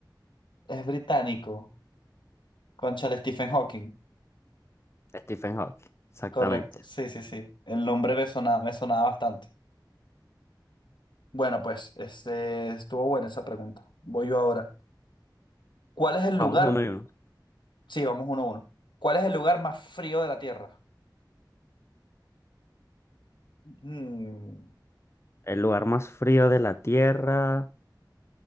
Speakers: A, on the left; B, on the left.
A: es británico. Concha Stephen Hawking.
B: Stephen Hawking, exactamente.
A: Correcto. Sí, sí, sí. El nombre me sonaba, me sonaba bastante. Bueno, pues este, estuvo buena esa pregunta. Voy yo ahora. ¿Cuál es el
B: Vamos
A: lugar?
B: uno y uno.
A: Sí, vamos uno a uno. ¿Cuál es el lugar más frío de la Tierra? Mm,
B: El lugar más frío de la Tierra.